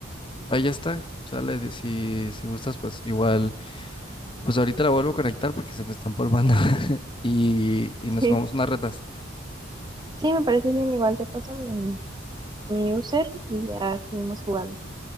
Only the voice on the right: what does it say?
Sí,
Sí, me parece bien, igual te paso mi, mi user y ya seguimos jugando.